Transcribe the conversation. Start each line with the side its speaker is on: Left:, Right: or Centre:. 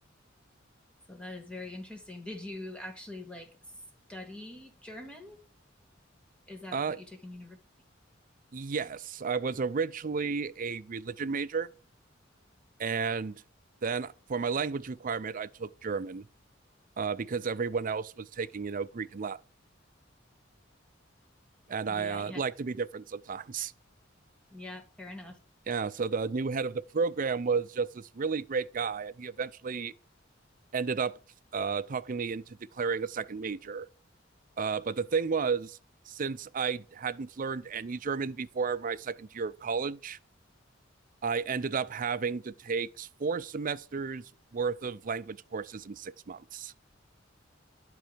Centre: So that is very interesting. Did you actually like study German? Is that
Right: Uh,
Centre: what you took in university?
Right: Yes, I was originally a religion major, and then for my language requirement, I took German uh, because everyone else was taking, you know, Greek and Latin, and
Centre: Yeah,
Right: I uh,
Centre: yeah,
Right: like to be different sometimes. <laughs>
Centre: yeah, fair enough.
Right: Yeah, so the new head of the program was just this really great guy, and he eventually ended up uh, talking me into declaring a second major. Uh, but the thing was, since I hadn't learned any German before my second year of college, I ended up having to take four semesters worth of language courses in six months.